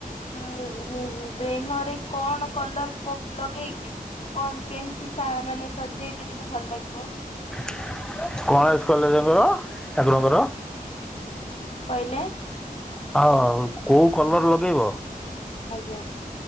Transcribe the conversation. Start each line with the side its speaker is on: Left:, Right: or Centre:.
Left: ଉଁ ଉଁ ଦେହରେ କଣ କଲର ପକ୍ ଲଗେଇକି କମ କେମିତି ସା ମାନେ ସଜେଇଲେ ଟିକେ ଭଲ ଲାଗିବ?
Centre: <inaudible> ଗଣେଶ କଲେଜଙ୍କର ହବ ଠାକୁରଙ୍କର।
Left: କହିଲେ,
Centre: ଆଉ କୋଉ କଲର ଲଗେଇବ।
Left: ଆଜ୍ଞା‌।